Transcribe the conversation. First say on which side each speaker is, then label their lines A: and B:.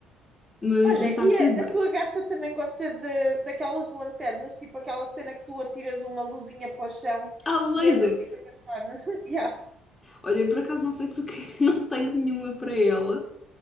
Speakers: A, on the left; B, on the right.
A: Mas,
B: Olha,
A: mas está
B: e
A: tudo
B: a,
A: bem.
B: a tua gata também gosta de, daquelas lanternas, tipo aquela cena que tu atiras uma luzinha para o chão
A: Ah, o laser!
B: e anda tipo a tentar. <laughs> Yeah.
A: Olha, eu por acaso não sei porque <laughs> não tenho nenhuma para ela.